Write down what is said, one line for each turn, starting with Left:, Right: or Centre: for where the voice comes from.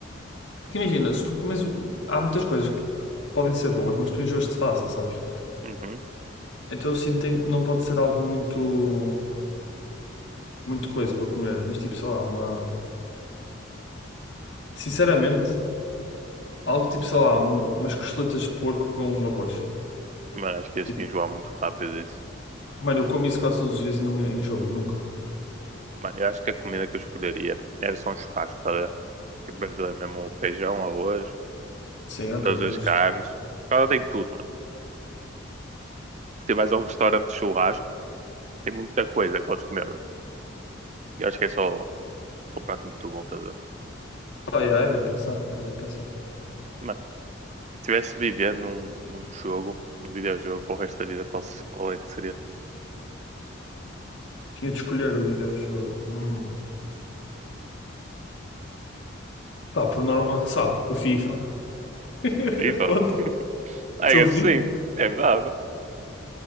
Left: Porque imagina, se tu comes. um- Há muitas coisas que que podem ser boas, mas tu enjoas-te fácil, sabes?
Right: uhum.
Left: Então eu sinto que tem- não pode ser algo muito. muito coisa para comer, mas tipo, sei lá, uma. Sinceramente, algo tipo, sei lá, um- umas costeletas de porco com arroz.
Right: Mas acho que este
Left: E,
Right: enjoar muito rápido isso.
Left: mano, eu como isso quase todos os dias e não me enjoo, nunca.
Right: Mano, eu acho que a comida que eu escolheria era só um churrasco, tá a ver? Tipo, brasileiro mesmo, um feijão, arroz,
Left: Sim, ok,
Right: todas
Left: é
Right: as
Left: justo.
Right: carnes. Ela tem tudo, mano. Tu vais a um restaurante de churrasco, tem muita coisa que podes comer, mano. Eu acho que é só, só um prato muito bom, tá a ver?
Left: Pá, yeah, é bem pensado, é bem pensado.
Right: Mano, se estivesse vivendo num, num jogo, num videojogo para o resto da vida, qual, se- qual é que seria?
Left: Tinha de escolher o videojogo. Hum. Pá, por norma, só, o FIFA. <laughs>
Right: FIFA?
Left: Conta.
Right: I
Left: Sou
Right: guess
Left: o FIFA.
Right: sim, é verdade.